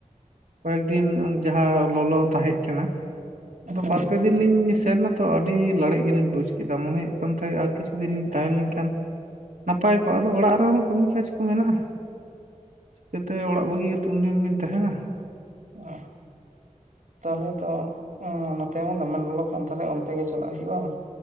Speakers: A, on the right (about 80°); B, on the right (about 65°).
A: ᱠᱚᱭᱮᱠ ᱫᱤᱱ ᱡᱟᱦᱟ ᱞᱚᱞᱚ ᱛᱟᱦᱮᱸᱜ ᱠᱟᱱᱟ᱾
B: ᱟᱪᱪᱷᱟ
A: ᱛᱚ ᱵᱟᱨ ᱯᱮ ᱫᱤᱱ ᱞᱤᱧ ᱥᱮᱱ ᱱᱟ ᱛᱚ ᱟᱹᱰᱤ ᱞᱟᱲᱮᱡ ᱜᱮᱞᱤᱧ ᱵᱩᱡᱽ ᱠᱮᱫᱟᱜ ᱢᱚᱱᱮ ᱦᱩᱭᱩᱜ ᱠᱟᱱ ᱛᱟᱦᱮᱸᱫ ᱟᱨ ᱠᱤᱪᱷᱩ ᱫᱤᱱ ᱞᱤᱧ ᱛᱟᱦᱮᱸ ᱞᱮᱱᱠᱷᱟᱱ ᱱᱟᱯᱟᱭ ᱠᱚᱜ-ᱟ ᱟᱫᱚ ᱚᱲᱟᱜ ᱨᱮᱦᱚᱸ ᱠᱟᱹᱢᱤ ᱠᱟᱡᱽ ᱠᱚ ᱢᱮᱱᱟᱜ-ᱟ᱾ ᱪᱤᱠᱟᱹᱛᱮ ᱚᱲᱟᱜ ᱵᱟᱹᱜᱤ ᱠᱟᱛᱮ ᱩᱱᱫᱤᱱ ᱵᱤᱱ ᱛᱟᱦᱮᱱᱟ᱾
B: ᱚ ᱛᱟᱦᱚᱞᱮ ᱫᱚ ᱚᱸ ᱱᱚᱛᱮ ᱢᱟ ᱫᱚᱢᱮ ᱞᱚᱞᱚ ᱠᱟᱱ ᱛᱟᱦᱮᱞᱮ ᱚᱱᱛᱮ ᱜᱮ ᱪᱟᱞᱟᱜ ᱦᱩᱭᱩᱜ-ᱟ᱾